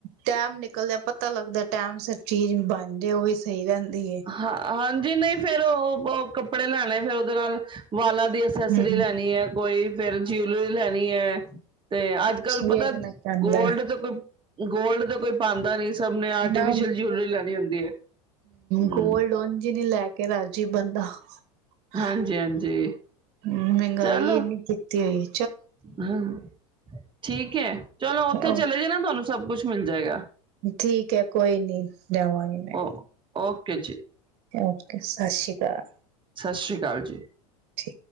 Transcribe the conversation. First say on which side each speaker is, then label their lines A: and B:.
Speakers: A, on the right; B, on the right.
A: ਟੈਮ ਨਿਕਲਦਾ ਪਤਾ ਲੱਗਦਾ ਟਾਈਮ ਸਿਰ ਚੀਜ਼ ਬਣ ਜੇ ਉਹ ਵੀ ਸਹੀ ਰਹਿੰਦੀ ਹੈ।
B: ਹਾਂ ਹਾਂਜੀ ਨਹੀਂ ਫੇਰ ਉਹ ਕੱਪੜੇ ਲੈਣੇ ਫੇਰ ਉਹਦੇ ਨਾਲ ਵਾਲਾ ਦੀ ਅਸੈਸਰੀ
A: ਹੂੰ
B: ਲੈਣੀ ਹੈ ਕੋਈ ਫੇਿਰ ਜਊਲਰੀ ਲੈਣੀ ਹੈ ਤੇ ਅੱਜ ਕੱਲ ਪਤਾ
A: ਵੇਖਣਾ ਪੈਂਦਾ।
B: ਗੋਲਡ ਤੋਂ ਕੋਈ ਗੋਲਡ ਤਾਂ ਕੋਈ ਪਾਉਂਦਾ ਨੀ ਸਭ ਨੇ ਆਰਟੀਫਿਸ਼ਅਲ
A: ਨਾ
B: ਜੂਲਰੀ ਲੈਣੀ ਹੁੰਦੀ ਹੈ। ਹਮ
A: ਕੋਲਡ ਉਂਜ ਹੀ ਲੈ ਕੇ ਰਾਜੀ ਬੰਦਾ। ਹ
B: ਹਾਂਜੀ ਹਾਂਜੀ
A: ਮਹਿੰਗਾਈ
B: ਚਲੋ
A: ਇੰਨੀ ਕੀਤੀ ਹੋਈ ਏ।
B: ਹਮ ਠੀਕ ਹੈ ਚਲੋ ਉੱਥੇ
A: ਓ
B: ਚਲੇ ਜੇ ਨਾ ਤੁਹਾਨੂੰ ਸਭ ਕੁਛ ਮਿਲ ਜਾਏਗਾ।
A: ਠੀਕ ਹੈ ਕੋਈ ਨੀ ਲੇਵਾਗੀ ਮੈਂ
B: ਓ ਓਕੇ ਜੀ
A: ਓਕੇ ਸਤਿ ਸ਼੍ਰੀ ਅਕਾਲ।
B: ਸਤਿ ਸ਼੍ਰੀ ਅਕਾਲ ਜੀ।
A: ਠੀਕ।